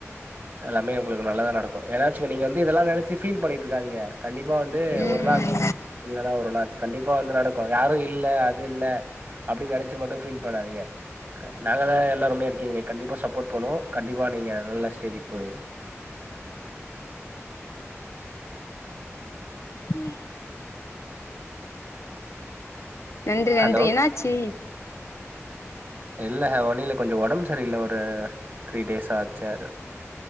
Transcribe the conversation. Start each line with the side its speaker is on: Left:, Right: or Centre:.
Right: எல்லாமே உங்ளுக்கு நல்லதா நடக்கு ஏனாச்சு நீங்க வந்து இதெல்லா நெனைச்சு ஃபீல் பண்ணிட்டு இருக்காதீங்க கண்டிப்பா வந்து
Left: ம்
Right: ஒரு நாள் இல்லனா ஒரு நாள் கண்டிப்பா வந்து நடக்கு யாரு இல்ல அது இல்ல அப்டி நெனச்சு மட்டு ஃபீல் பண்ணாதிங்க நாங்க தா எல்லாருமே இருக்கீங்ளே கண்டிப்பா சப்போர்ட் பண்ணுவோ கண்டிப்பா நீங்க நல்ல ஸ்டேஜுக்கு போவீங்க
Left: ம் நன்றி நன்றி
Right: ஹலோ
Left: என்னாச்சு
Right: இல்ல ஒன்னுல்ல கொஞ்சோ ஒடம்பு சரியில்ல ஒரு த்ரீ டேஸ் ஆச்சு